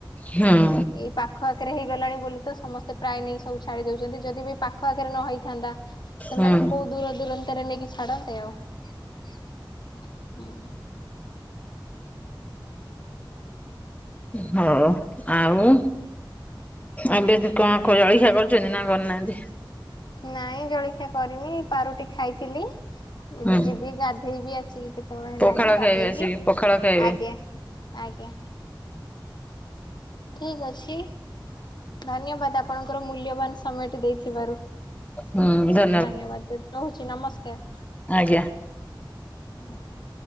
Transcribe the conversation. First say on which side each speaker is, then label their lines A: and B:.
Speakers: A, on the left; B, on the left.
A: ହୁଁ
B: ଏଇ ପାଖ ଆଖରେ ହେଇଗଲାଣି ବୋଲି ତ ସମସ୍ତେ ପ୍ରାୟ ନେଇ ସବୁ ଛାଡି ଦଉଚନ୍ତି। ଯଦି ବି ପାଖ ଆଖରେ ନ ହେଇଥାନ୍ତା ସେମାନେ
A: ହୁଁ ହୁଁ
B: କୋଉ ଦୂର ଦୂରାନ୍ତରେ ନେଇକି ଛାଡନ୍ତେ ଆଉ। ହୁଁ।
A: ହୋ ଆଉ। ଏବେ ସେ କଣ କ-ଜଳିଖିଆ କରିଛନ୍ତି ନା କରନାହାନ୍ତି?
B: ନାଇଁ ଜଳଖିଆ କରିନି ପାରୁଟି ଖାଇଥିଲି, ଏବେ
A: ହୁଁ
B: ଯିବି ଗାଧେଇବି ଆସିକି କେ ତେବେଳେ ହେଲାଣି
A: ପଖାଳ
B: ଗାଧେଇକି
A: ଖାଇବେ ଆସିକି ପଖାଳ ଖାଇବେ
B: ଆଜ୍ଞା, ଆଜ୍ଞା ଠିକ୍ ଅଛି ଧନ୍ୟବାଦ ଆପଣଙ୍କର ମୂଲ୍ୟବାନ ସମୟ ଟି ଦେଇଥିବାରୁ।
A: ହୁଁ ଧ
B: ଧନ୍ୟବାଦ ଯେ ରହୁଛି ନମସ୍କାର।
A: ଆଜ୍ଞା।
B: <inaudible>